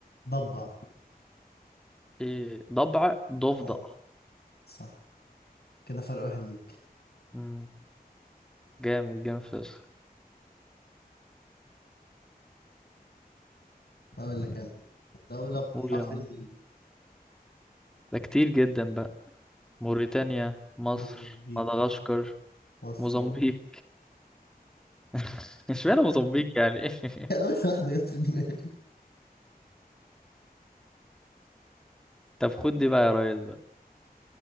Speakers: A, on the left; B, in the centre.
A: ضبع
B: ايه ضبع ضفدع
A: اه صح كده فرق واحد ليك
B: امم جامد جامد فشخ
A: اقول لك انا دولة بحرف
B: قول يا مان
A: الميم
B: ده كتير جدا بقى موريتانيا مصر
A: مضرب بيه
B: مدغشقر
A: مصر
B: موزمبيق
A: مدغشقر
B: <laughs> اشمعنى موزمبيق يعني
A: <laughs> اول
B: <laughs>
A: واحدة جت في دماغي
B: طب خد دي بقى يا ريس بقى